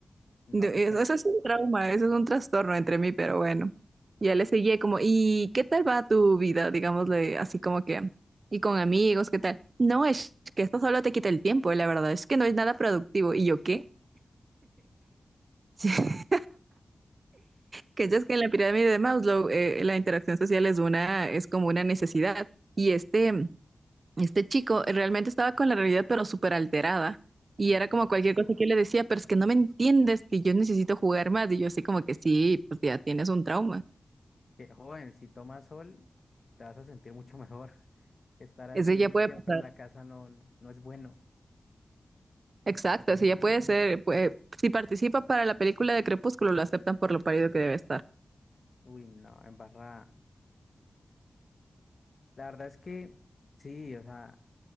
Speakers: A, on the left; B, on the right.
A: No
B: de-
A: te creo.
B: eso, eso es un trauma, eso es un trastorno entre mí, pero bueno, ya le seguí como, ¿y qué tal va tu vida? Digámosle así como que, y con amigos, ¿qué tal? No, es que esto solo te quita el tiempo, la verdad, es que no es nada productivo, ¿y yo qué? <laughs> Que es que en la pirámide de Maslow, eh, la interacción social es una, es como una necesidad, y este... Este chico eh, realmente estaba con la realidad, pero súper alterada. Y
A: Ujú.
B: era como cualquier cosa que yo le decía, pero es que no me entiendes, que yo necesito jugar más. Y yo así como que sí, pues ya tienes un trauma.
A: Que, joven, si tomas sol, te vas a sentir mucho mejor. <laughs> Estar así
B: Ese ya puede
A: siempre
B: pasar.
A: en la casa no, no, no es bueno.
B: Exacto, ese ya puede ser. puede- si participa para la película de Crepúsculo, lo aceptan por lo parido que debe estar.
A: Uy, no, embarrada. La verdad es que sí, o sea,